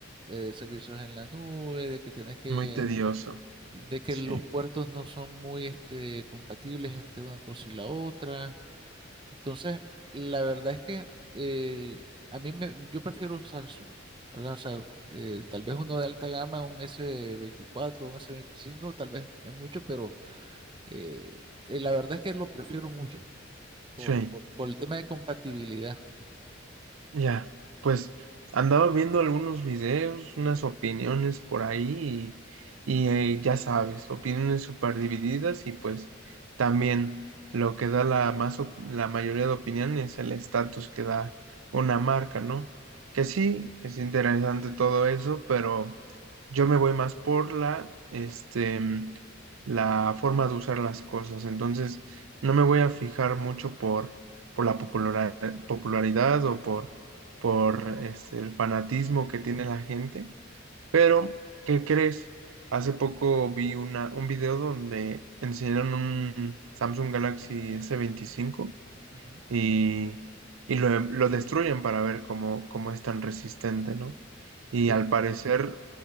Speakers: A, on the right; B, on the right.
A: eh, servicios en la nube, de que tenés que,
B: Muy tedioso.
A: de que
B: Sí,
A: los puertos no son muy este, compatibles entre una cosa y la otra Entonces, la verdad es que eh, a mí me, yo prefiero un Samsung, ¿verdad? O sea, eh, tal vez uno de alta gama, un s veinticuatro un s veinticinco tal vez es mucho, pero eh, eh, la verdad es que lo prefiero mucho por,
B: sí.
A: por, por el tema de compatibilidad.
B: Ya, pues andaba viendo algunos videos, unas opiniones por ahí y, y, eh, ya sabes, opiniones súper divididas y pues también lo que da la, más, op- la mayoría de opiniones es el estatus que da una marca, ¿no? Que sí, es interesante todo eso, pero yo me voy más por la, este, la forma de usar las cosas, entonces no me voy a fijar mucho por, por la popularidad popularidad o por por este, el fanatismo que tiene la gente. Pero, ¿qué crees? Hace poco vi una, un video donde enseñaron un Samsung Galaxy S25
A: Ujú,
B: y, y lo, lo destruyen para ver cómo, cómo es tan resistente, ¿no? Y
A: sí.
B: al parecer